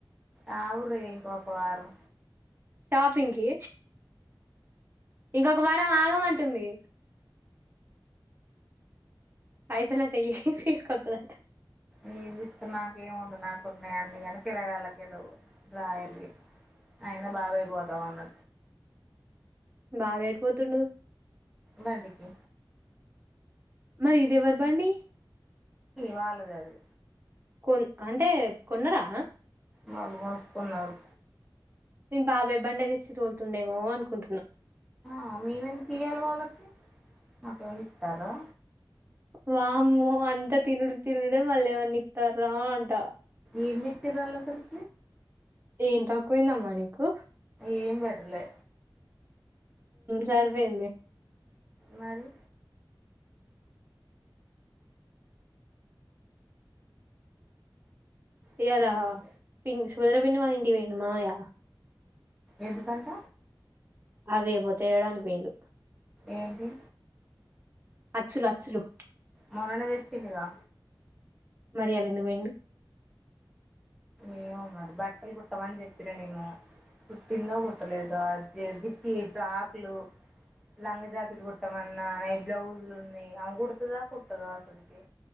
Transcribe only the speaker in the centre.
అవుఊరు ఎంకో ఒక వారం
ఏ ఇస్తు నాకేమవుదు నాకు ఉన్నా అడి కాని పిరగాలకిళవు రాయల్ అయినా బాబాయి పోతాన్నా
బడికి
వాళ్ళది అది
మల్గం కున్నల్
ఆ మవెందు ఇయాలి వాళ్ళకి మాకే ఇస్తారా
ఏంమిట్రల్ వల్ల అసల్
ఏం పెటలే
మరి మరి
ఎందుకంట
ఏది
మొన్న నే తెచ్చిడిగా
ఏమో మరి బట్టలు కుట్టమనీ చెప్పిన నేను కుటింద కుట్టలేదు అ దిశ ప్రకులు లంగ్ జాకెట్ కొట్టామ అన్న నై బ్లౌజ్లు ఉన్నాయి అ కుడతుదా కుట్టదో అసలుకి